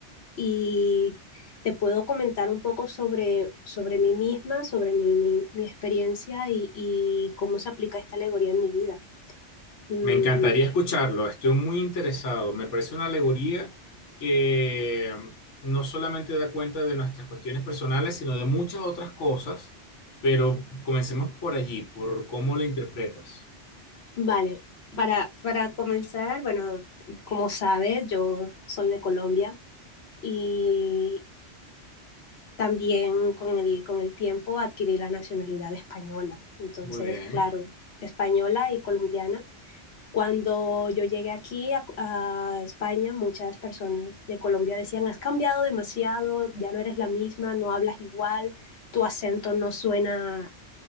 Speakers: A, on the left; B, on the left.
A: Y te puedo comentar un poco sobre, sobre mí misma, sobre mi, mi- mi experiencia y, y cómo se aplica esta alegoría en mi vida. Mm,
B: Me encantaría escucharlo, estoy muy interesado. Me parece una alegoría que no solamente da cuenta de nuestras cuestiones personales, sino de muchas otras cosas, pero comencemos por allí, por cómo lo interpretas.
A: vale, para, para comenzar, bueno, como sabes, yo soy de Colombia y también con el, con el tiempo adquirí la nacionalidad española. Entonces,
B: Muy bien,
A: claro, española y colombiana. Cuando yo llegué aquí a, a, España, muchas personas de Colombia decían, has cambiado demasiado, ya no eres la misma, no hablas igual, tu acento no suena